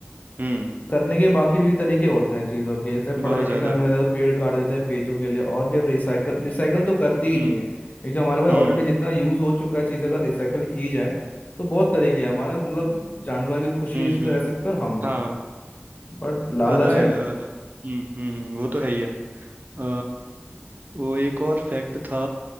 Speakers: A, on the right; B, on the left.
A: हम्म
B: करने के बाकी भी तरीके होते हैं चीज़ों के जैसे
A: बहुत
B: पढ़ाई लिखाई
A: ज्यादा
B: में देखो पेड़ काट देते हैं पेजों के लिए और भी अब रिसाइकल रिसाइकल तो करती ही
A: हम्म
B: नहीं है क्योंकि जो हमारे पास
A: हम्म
B: ऑलरेडी जितना यूज़ हो चुका है चीज़ें अगर रिसाइकल की जाए तो बहुत तरीके हैं हमारा मतलब जानवर भी खुशी
A: हम्म
B: से
A: हम्म
B: रह सकते हैं और हम भी
A: हाँ
B: बट लालच
A: पता है
B: है
A: अ, हम्म हम्म हम्म, वो तो है ही है अ, वो एक और फैक्ट था